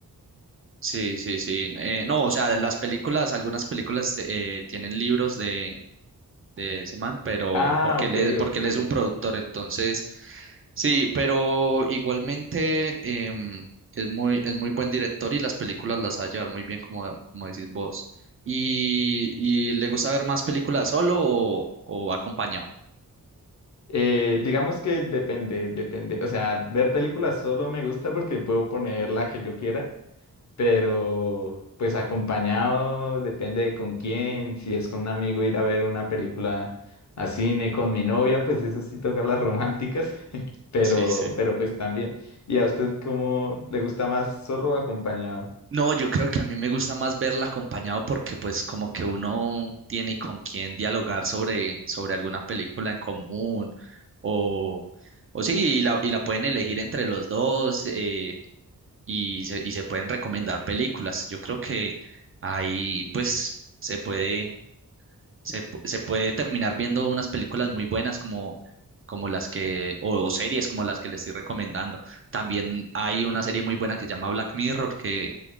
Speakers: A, on the right; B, on the left.
A: Sí, sí, sí. Eh, no, o sea, de las películas, algunas películas eh, tienen libros de, de ese man, pero
B: Ah,
A: porque
B: ok,
A: él es, porque
B: ok.
A: él es un productor, entonces sí, pero igualmente em, es muy, es muy buen director y las películas las sabe llevar muy bien, como, como decís vos. ¿Y, y le gusta ver más películas solo o, o acompañado?
B: Eh, digamos que depende, depende. O sea, ver películas solo me gusta porque puedo poner la que yo quiera, pero pues acompañado depende de con quién. Si es con un amigo ir a ver una película a cine con mi novia, pues eso sí toca las románticas, <laughs> pero,
A: Sí, sí.
B: pero pues también. ¿Y a usted cómo le gusta más solo o acompañado?
A: No, yo creo que a mí me gusta más verla acompañado porque pues como que uno tiene con quién dialogar sobre, sobre alguna película en común o, o sí, y la, y la pueden elegir entre los dos. eh, y se, y se pueden recomendar películas. Yo creo que ahí pues se puede, se, pu- se puede terminar viendo unas películas muy buenas como, como las que, o, o series como las que le estoy recomendando. También hay una serie muy buena que se llama Black Mirror, que,